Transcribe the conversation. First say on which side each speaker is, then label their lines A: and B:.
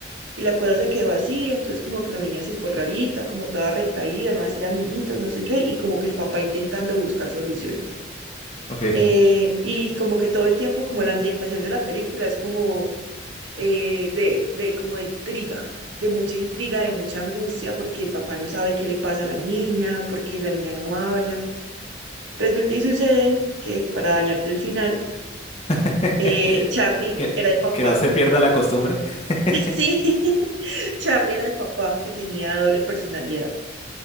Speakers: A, on the right; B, on the left.
A: Y la cosa se quedó así, entonces como que la niña se fue rarita, como toda retraída, no hacía amiguitos, no sé qué, y como que el papá intentando buscar soluciones.
B: Ok.
A: Eh, y como que todo el tiempo, como la ambientación de la película es como eh, de, de como de intriga, de mucha intriga, de mucha angustia, porque el papá no sabe qué le pasa a la niña, porque la niña no habla. Resulta y sucede que, para dañarte el final,
B: <laughs>
A: eh, Charlie
B: Que,
A: era el papá.
B: que no se pierda la costumbre. <laughs>
A: <laughs> Sí, <laughs> Charlie era el papá que tenía doble personalidad.